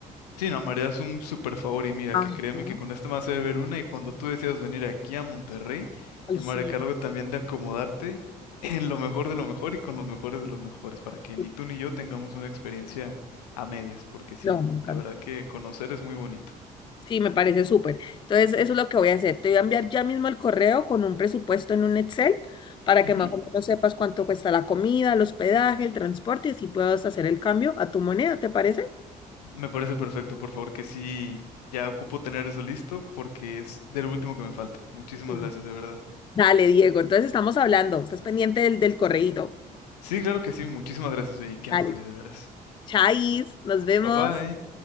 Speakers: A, on the left; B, on the left.
A: Sí, no, María es un súper favor y mira,
B: Ajá.
A: que créeme que con este me hace ver una y cuando tú decidas venir aquí a Monterrey,
B: Ay,
A: yo
B: sí,
A: me haré cargo también de acomodarte <laughs> en lo mejor de lo mejor y con los mejores de los mejores para que
B: sí.
A: ni tú ni yo tengamos una experiencia a medias, porque sí,
B: No, me encanta.
A: de verdad que conocer es muy bonito.
B: Sí, me parece súper. Entonces, eso es lo que voy a hacer. Te voy a enviar ya mismo el correo con un presupuesto en un Excel para
A: Ujú.
B: que más o menos sepas cuánto cuesta la comida, el hospedaje, el transporte y así puedas hacer el cambio a tu moneda, ¿te parece?
A: Me parece perfecto, por favor, que sí, ya ocupo tener eso listo porque es del último que me falta. Muchísimas
B: Sí.
A: gracias, de verdad.
B: Dale, Diego. Entonces, estamos hablando. Estás pendiente del, del correíto.
A: Sí, claro que sí, muchísimas gracias, oye, qué
B: Dale.
A: amable, de veras.
B: Chais, nos vemos.
A: Bye bye.